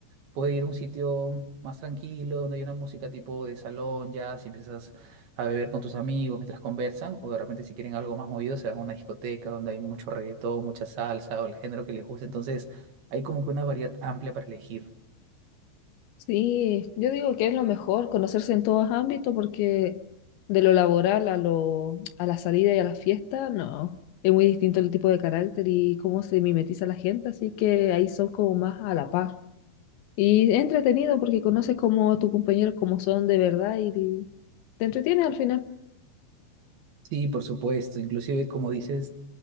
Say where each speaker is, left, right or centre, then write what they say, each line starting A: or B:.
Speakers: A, on the right; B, on the left.
A: puede ir a un sitio más tranquilo, donde hay una música tipo de salón, ya, si empiezas a beber con tus amigos mientras conversan, o de repente si quieren algo más movido, se van a una discoteca donde hay mucho reggaetón, mucha salsa o el género que les guste. Entonces, hay como que una variedad amplia para elegir.
B: Sí, yo digo que es lo mejor, conocerse en todos ámbitos, porque de lo laboral a lo, a la salida y a la fiesta, no, es muy distinto el tipo de carácter y cómo se mimetiza la gente, así que ahí son como más a la par. Y es entretenido porque conoces como a tus compañeros como son de verdad y te entretiene al final.
A: Sí, por supuesto. Inclusive, como dices,